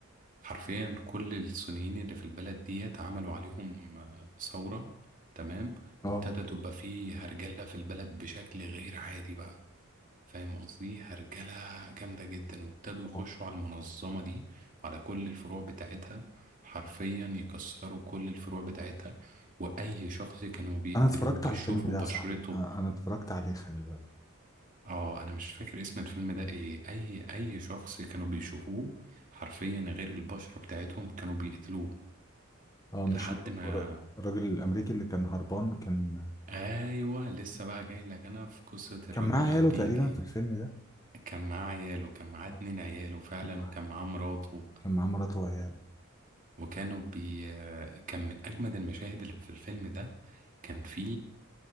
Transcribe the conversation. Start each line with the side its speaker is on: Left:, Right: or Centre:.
Right: حرفيا كل الصينيين اللي في البلد ديت عملوا عليهم آه، ثورة تمام
Left: اه
Right: وابتدى تبقى فيه هرجلة في البلد بشكل غير عادي بقى فاهم قصدي هرجلة جامدة جدا وابتدوا يخشوا
Left: اه
Right: على المنظمة دي وعلى كل الفروع بتاعتها حرفيا يكسروا كل الفروع بتاعتها وأي شخص كانوا بيقتلوه
Left: انا اتفرجت
Right: بيشوفوا
Left: على الفيلم ده
Right: بشرته
Left: يا صاحبي انا أنا اتفرجت عليه خلي بالك
Right: اه انا مش فاكر اسم الفيلم ده ايه اي اي شخص كانوا بيشوفوه حرفيا غير البشرة بتاعتهم كانوا بيقتلوه
Left: اه مش
Right: لحد
Left: اللي
Right: ما
Left: هو الر- الراجل الامريكي اللي كان هربان كان
Right: ايوه لسه بقى جاي لك انا في قصة الراجل
Left: كان معاه عياله
Right: الامريكي
Left: تقريبا في الفيلم ده
Right: كان معاه عياله كان معاه
Left: اه
Right: اتنين عياله فعلا
Left: كان معاه
Right: وكان معاه مراته
Left: كان معاه مراته وعياله
Right: وكانوا بي كان من أجمد المشاهد اللي في الفيلم ده كان في